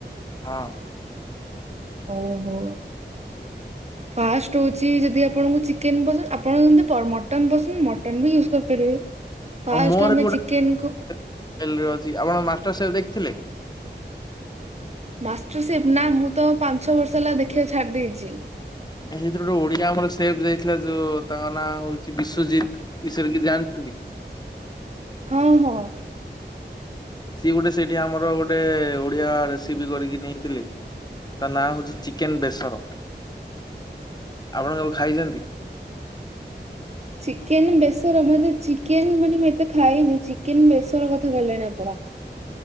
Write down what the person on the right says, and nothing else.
ଓହୋ! ଫାଷ୍ଟ ହଉଛି, ଯଦି ଆପଣଙ୍କୁ ଚିକେନ୍ ପସନ୍ଦ! ଆପଣ ଯେନ୍ ମଟନ୍ ପସନ୍ଦ, ମଟନ ବି ୟୁଜ କରିପାରିବେ। ଫାଷ୍ଟ
ଆମେ
ଚିକେନ କୁ
ମାଷ୍ଟରସେଫ୍! ନା ମୁଁ ତ ପାଂଞ୍ଚ ଛ ବର୍ଷ ହେଲା ଦେଖିବା ଛାଡି ଦେଇଛି।
ହଁ, ହଁ।
ଚିକେନ ବେସର! ମତେ ଚିକେନ ମାନେ ମୁଁ ଏତେ ଖାଇନି। ଚିକେନ ବେସର କଥା କହିଲେଣି ଆପଣ।